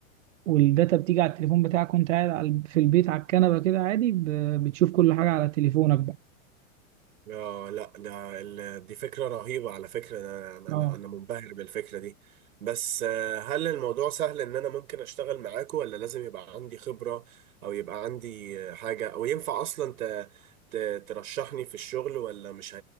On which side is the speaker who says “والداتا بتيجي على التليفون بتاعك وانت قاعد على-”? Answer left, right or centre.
Right